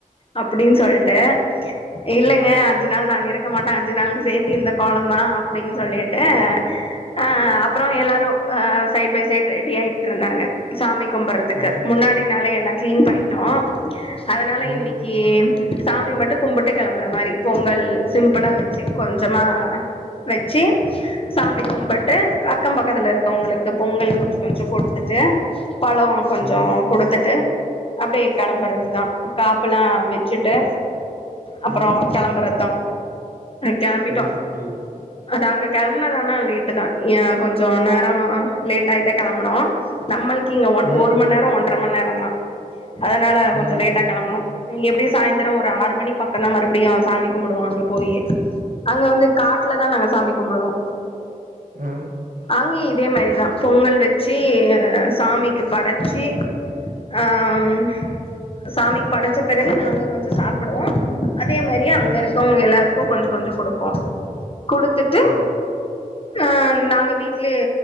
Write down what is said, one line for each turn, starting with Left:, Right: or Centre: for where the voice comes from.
Left: அப்டின் சொல்ட்டு இல்லங்க
Right: அ.
Left: அஞ்சு நாள் நாங்க இருக் க்க மாட்டோ அஞ்சு நாளுக்கு சேத்தி இந்த கோலநாதான் அப்டின் சொல்லிட்டு அ அப்பறொ எல்லாரு அ சைட் பை சைட் ரெடி ஆயிட்ருந்தாங்க சாமி கும்பறதுக்கு
Right: அ.
Left: முன்ன னாடி நாளே எல்லா க்ளீன் பண்ணிட்டோ அதனால
Right: ம்.
Left: இன்னிக்கி சாமி மட்டு கும்புட்டு கெளம்பற மாரி பொங்கல் சிம்பிளா வச்சி கொஞ்சமா வச்சி சாமி கும்பட்டு அக்கம் பக்கத்துல இருக்கவங்களுக்கு பொங்கல் கொஞ்சோ கொஞ்சோ கொடுத்துட்டு டு பழொ கொஞ்சோ
Right: ம்.
Left: குடுத்துட்டு அப்டே கெளம்பறதுதா காப்பு எல்லா வச்சுட்டு அப்பறொ
Right: ம்.
Left: கெளம்பறத்தா கெளம்பிட்டோ
Right: வெரி குட், வெரி குட்.
Left: அதா அங்க கெ ம்மதானா லேட்டு தா ஏ கொஞ்சோ நேரோ லேட் ஆய்டே கெளம்பனோ நம்மள்க்கு கிங்க ஒன்
Right: ம்.
Left: ஒரு மண் நேரொ ஒன்ற மண் நேரொ தா அதனால கொஞ்ச
Right: ம்.
Left: லேட்டா கெளம்பணோ ங் எப்டியு சாயந்தரோ ஒரு ஆறு மணி பக்கந்தா மறுபடியு சாமி கும்படுவோ அங்க போய் அங்க வந்து காட்ல தா நாங்க சாமி கும்பிடுவோ
Right: அ.
Left: அங்கே இதே மாரிதா பொங்கல் வெச்சி சாமிக்கு படச்சி ஆம் சாமிக்கு படைச்ச பெறகு நாங்க கொஞ்ச சாப்டுவோ அதே மாரியே அங்க
Right: ம்.
Left: இருக்கவுங்க எல்லாருக்கூ கொஞ்சொ கொஞ்சொ குடுப்போ குடுத்துட்டு
Right: ஓ!
Left: அ நாங்க வீட்லயே